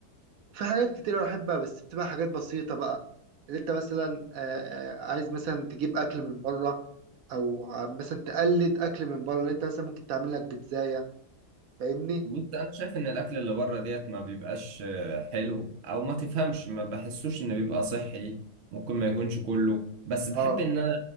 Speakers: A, on the right; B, on the right.
A: وفي حاجات كتيرة بحبها بس بتبقى حاجات بسيطة بقى اللي انت مثلا آه، آه، عايز مثلا تجيب أكل من بره أو ع- مثلا تقلد أكل من بره اللي انت مثلا ممكن تعمل لك بيتزاية فاهمني؟
B: بص انا شايف ان الاكل اللي بره ديت ما بيبقاش آه، حلو او ما تفهمش ما بحسوش انه بيبقى صحي ممكن ما يكونش كله بس بحب
A: اه
B: ان انا